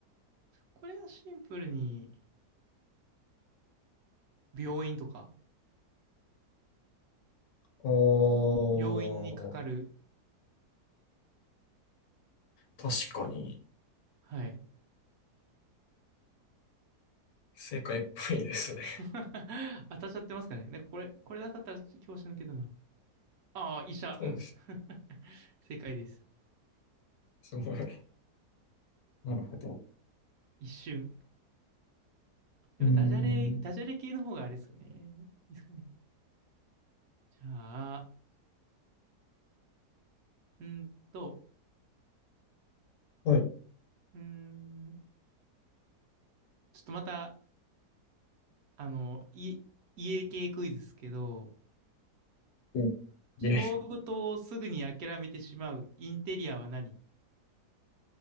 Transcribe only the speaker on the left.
あー、
確かに。
正解っぽいですね。
そうです。
すごい。なるほど。
うーん。
はい。
うんで、